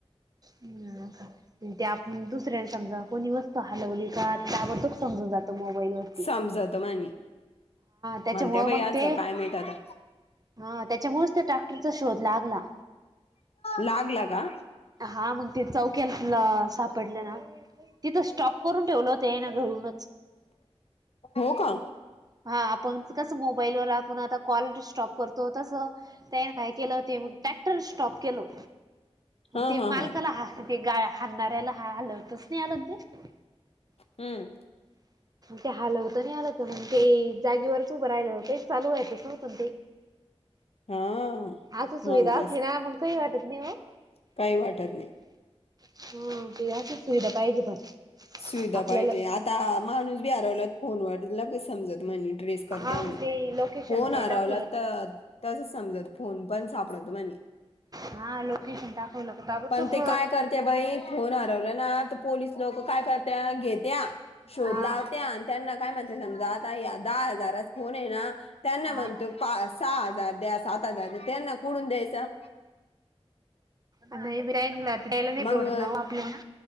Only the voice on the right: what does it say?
ह ते आपण दुसऱ्याने समजा कोणी वस्त त हलवली का ते ताबडतोब समजून जात मोबाईलवर.
त्याच्यामुळं
मग
ते
हा त्याच्यामुळेच त्या ट्रॅक्टरचा शोध लागला.
हा मग ते चौक्याला सापडलं ना तिथं स्टॉप करून ठेवलं होत यांन धरून.
हा आपण कसं मोबाईलवर आपण आता कॉल स्टॉप करतो तसं त्याने काय केलं ते टा स्टॉप केलो
ते
मालकाला
ह ते गा हलणाऱ्याला हा हलवत नाही आलना ते
<unintelligible> ते हलवता नाही आल त मग ते जागेवरच उभं राहिलं काहीच चालू व्हायच नव्हतं ते
असं
सुविधा असली ना मग काही वाटत नाही हो.
हा ते आसच सुविधा पाहिजे पण.
आपल्याला.
हा
मग ते लोकेशन
ते
टाकवलं
हा लोकेशन टाकवलं का ताबडतोब
हा
हा
आण इब्राहमला द्यायला नाही प्रवडत
ना आपल्याला.